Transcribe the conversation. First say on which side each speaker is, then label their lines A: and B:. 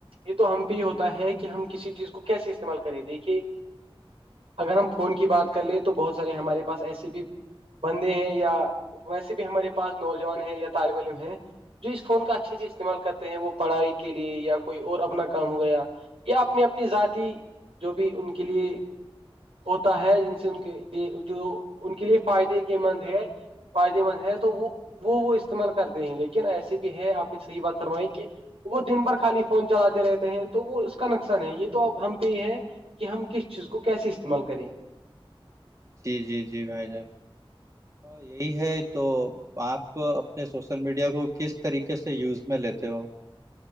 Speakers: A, on the right; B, on the right.
A: یہ تو ہم پہ ہی ہوتا ہے کہ ہم کسی چیز کو کیسے استعمال کرے دیک کہے اگر ہم فون کی بات کر لے تو بہت سارے ہمارے پاس ایسے بھی بندے ہیں یا ویسے بھی ہمارے پاس نوجوان ہیں یا طالب علم ہے جس فون کا اچھے استعمال کرتے ہیں وہ پڑھائی کے لیے یا کوئی اور اپنا کام وعیرہ یا اپنی اپنی ذاتی جو بھی ان کے لیے ہوتا ہے جن سے ان کے لیے جو ان کے لیے فائدے کے مند ہے فائدے مند ہے تو وہ وہ وہ استعمال کرتے ہیں لیکن ایسے بھی ہے آپ نے صحیح بات فرمائی کہ وہ دن بھر خالی فون چلاتے رہتے ہیں تو وہ اس کا نقسان ہے یہ تو اب ہم پہ ہی ہے کہ ہم کس چیز کو کیسے استعمال کریں
B: جی جی جی بھائی جان یہی ہے تو آپ اپنے سوشل میڈیا کو کس طریقے سے یوز میں لیتے ہو